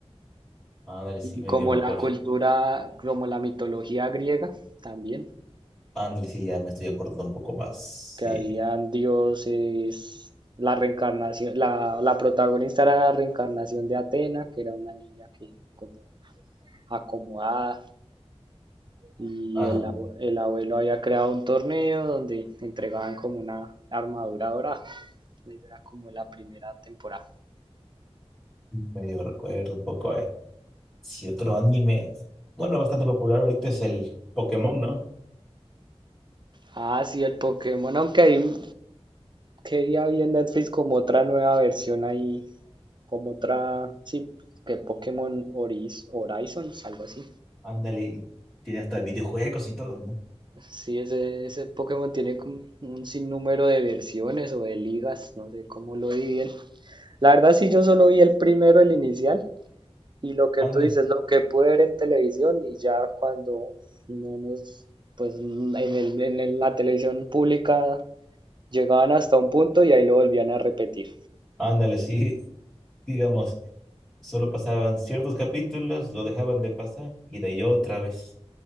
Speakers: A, in the centre; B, on the right.
A: ándale, sí,
B: y
A: medio
B: como
A: me
B: la
A: acuerdo.
B: cultura, como la mitología griega también.
A: Ándale, sí, ya me estoy acordando un poco más.
B: que
A: Sí,
B: habían dioses, la reencarnación, la, la protagonista era la reencarnación de Atena, que era una niña que como acomodada, y
A: ándale,
B: el, abue- el abuelo había creado un torneo donde entregaban como una armadura dorada. Esa era como la primera temporada.
A: medio recuerdo un poco. eh. Si otro anime, bueno, bastante popular ahorita es el Pokémon, ¿no?
B: Ah, sí, el Pokémon, aunque hay, que día había en Netflix como otra nueva versión ahí, como otra, sí, que Pokémon Oris, Horizons, algo así.
A: Ándale, y tiene hasta videojuegos y todo, ¿no?
B: Sí, ese, ese Pokémon tiene como un sinnúmero de versiones o de ligas, no sé cómo lo dividen. La verdad, sí, yo solo vi el primero, el inicial, y lo que
A: Ándale,
B: tú dices, lo que pude ver en televisión, y ya cuando no nos, pues en el- en el- la televisión pública llegaban hasta un punto y ahí lo volvían a repetir.
A: ándale, sí, <laughs> digamos, solo pasaban ciertos capítulos, lo dejaban de pasar y de ahí otra vez.